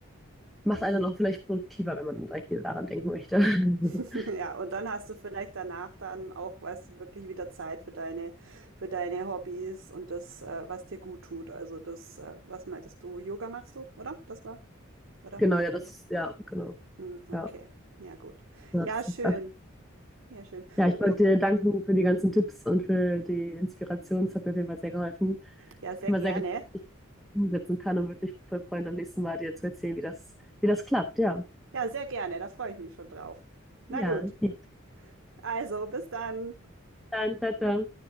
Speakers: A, in the centre; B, on the right.
A: macht einen noch vielleicht produktiver, wenn man direkt wieder daran denken möchte. <laughs>
B: <laughs> Ja, und dann hast du vielleicht danach dann auch, weißt du, wirklich wieder Zeit für deine, für deine Hobbys und das, äh, was dir gut tut. Also das, äh, was meintest du? Yoga machst du, oder? Das war, oder?
A: Genau, ja, das ist, ja, genau.
B: Hm, okay.
A: Ja,
B: Ja, gut.
A: ja,
B: Ja,
A: das
B: schön.
A: ist,
B: Ja, schön.
A: ja, ich
B: Du, ich,
A: wollte dir danken für die ganzen Tipps und für die Inspiration. Es hat mir auf jeden Fall sehr geholfen.
B: ja,
A: Ich
B: sehr
A: bin
B: gerne.
A: mal sehr gespannt, wie ich das umsetzen kann und würde mich voll freuen, am nächsten Mal dir zu erzählen, wie das, wie das klappt. Ja,
B: Ja, sehr gerne. Da freue ich mich schon drauf. Na
A: ja,
B: gut.
A: lieb.
B: Also, bis dann.
A: <laughs> dann, tata.